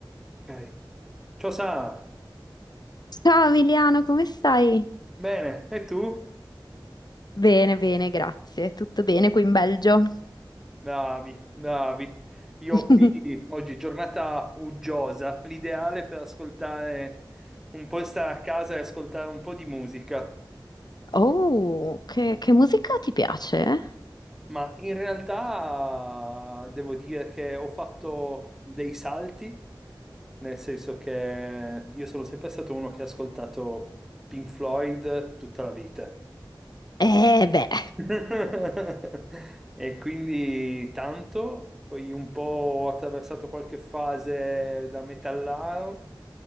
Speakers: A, in the centre; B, on the left.
A: Ok. Ciao Sa,
B: Ciao Emiliano, come stai?
A: bene, e tu?
B: Bene, bene, grazie. Tutto bene qui in Belgio.
A: Bravi, bravi. Io
B: <laughs>
A: qui oggi giornata uggiosa, l'ideale per ascoltare un po' stare a casa e ascoltare un po' di musica.
B: Oh, che, che musica ti piace?
A: Ma in realtà devo dire che ho fatto dei salti, nel senso che io sono sempre stato uno che ha ascoltato Pink Floyd tutta la vita.
B: Eh beh,
A: <laughs> E quindi tanto, poi un po' ho attraversato qualche fase da metallaro,